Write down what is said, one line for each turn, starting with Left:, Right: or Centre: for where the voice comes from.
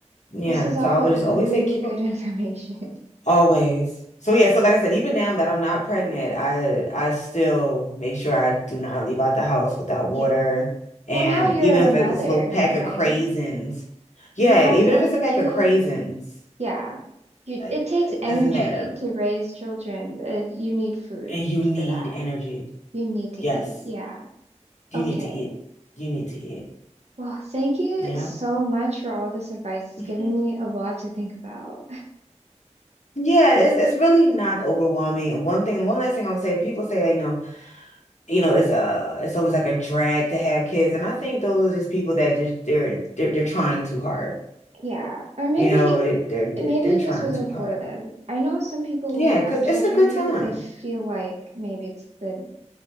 Left: yeah
Right: This is all
Left: so I would
Right: really
Left: just always say keep
Right: good
Left: a
Right: information. <laughs>
Left: Always. So yeah, so like I said, even now that I'm not pregnant, I I still make sure I do not leave out the house without
Right: Yeah.
Left: water. And
Right: Well, now you're
Left: even if
Right: a mother,
Left: it's a little pack
Right: right?
Left: of craisins, yeah,
Right: You have
Left: even
Right: to,
Left: if it's a pack
Right: you,
Left: of craisins,
Right: yeah. You,
Left: uh,
Right: it takes
Left: it
Right: energy
Left: doesn't matter.
Right: to raise children. Uh, you need food
Left: And you need
Right: for that.
Left: energy.
Right: You need to
Left: Yes,
Right: eat. Yeah.
Left: you
Right: Okay.
Left: need to eat. You need to eat.
Right: Well, thank you
Left: Yeah.
Right: so much for all this advice. It's
Left: <laughs>
Right: given me a lot to think about.
Left: Yeah, it's it's really not overwhelming. And one thing, one last thing I would say, people say that, you know, you know, it's uh it's always like a drag to have kids. And I think those are just people that just they're they're they're trying too hard.
Right: Yeah. Or maybe,
Left: You know, it- they're they're,
Right: maybe
Left: they're
Right: it
Left: trying
Right: just wasn't
Left: too hard.
Right: for them. I know some people
Left: Yeah,
Right: will have
Left: because
Right: children
Left: it's a good
Right: because
Left: time.
Right: they feel like maybe it's the